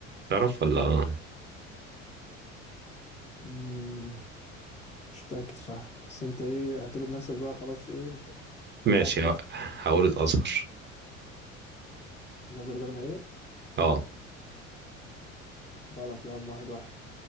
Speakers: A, on the right; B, on the left.
A: تعرف ولا
B: مم، مش متأكد صح بس انت ايه اعتبر نفسك بقى خلاص ايه انت ما
A: ماشي
B: ينفعش تسأل
A: ه- هقول الازهر
B: جواز الإجابة النهائية
A: اه
B: غلط يا عم واحد واحد